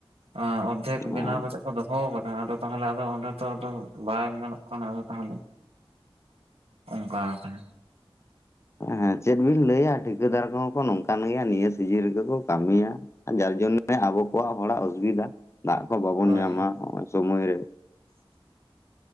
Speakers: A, on the right; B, on the left.
A: ᱟᱸ ᱚᱸᱛᱷᱮᱠ
B: ᱚᱸ
A: ᱵᱮᱱᱟᱣ ᱯᱟᱪᱷᱮᱫ, ᱛᱚ ᱫᱚᱦᱚ ᱟᱠᱟᱫᱟ ᱟᱫᱚ ᱛᱟᱦᱮᱞᱮ ᱟᱫᱚ ᱚᱸᱰᱮ ᱛᱚ ᱟᱫᱚ ᱵᱟᱝ ᱜᱟᱱᱚᱜ ᱠᱟᱱᱟ ᱟᱫᱚ ᱛᱟᱦᱮᱞᱮ? ᱚᱱᱠᱟ ᱦᱟᱠᱟᱱᱟ,
B: ᱦᱮᱸ ᱪᱮᱫ ᱵᱤᱱ ᱞᱟᱹᱭᱟ ᱴᱷᱤᱠᱟᱹᱫᱟᱨ ᱠᱚ ᱦᱚᱸ ᱠᱚ ᱱᱚᱝ ᱠᱟᱱ ᱜᱮᱭᱟ ᱱᱤᱭᱟᱹ ᱥᱤᱡᱤᱱ ᱨᱮᱜᱮ ᱠᱚ ᱠᱟᱹᱢᱤᱭᱟ, ᱡᱟᱨ ᱡᱮᱢ <unintelligible> ᱟᱵᱚ ᱠᱚᱣᱟᱜ ᱦᱚᱲᱟᱜ ᱚᱡᱽᱵᱤᱫᱟ, ᱫᱟᱜ ᱠᱚ ᱵᱟᱵᱚᱱ
A: ᱦᱳᱭ
B: ᱧᱟᱢᱟ, ᱦᱚᱸᱜ ᱚᱭ ᱥᱚᱢᱚᱭ ᱨᱮ,